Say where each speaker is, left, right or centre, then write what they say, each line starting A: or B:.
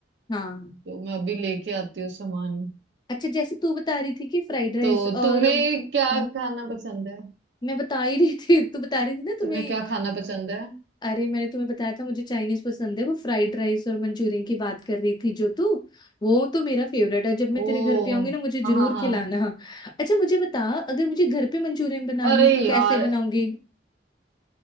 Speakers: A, on the left (about 25°); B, on the right (about 70°).
A: हाँ
B: तो मैं अभी लेके आती हूँ सामान
A: अच्छा जैसे तू बता रही थी कि फ्राइड राइस
B: तो
A: और
B: तुम्हें क्या
A: हाँ
B: खाना पसंद है
A: मैं बता ही रही थी तू बता रही थी ना तुम्हें
B: तुम्हें क्या खाना पसंद है
A: अरे मैंने तुम्हें बताया था मुझे चाइनीज पसंद है वो फ्राइड राइस और मंचूरियन की बात कर रही थी जो तू वो तो मेरा फेवरेट है जब मैं
B: ओ
A: तेरे घर पे आऊंगी ना मुझे जरूर
B: हाँ हाँ हाँ।
A: खिलाना अच्छा मुझे बता अगर मुझे घर पे मंचूरियन बनानी
B: अरे
A: हो तो
B: यार
A: कैसे बनाऊंगी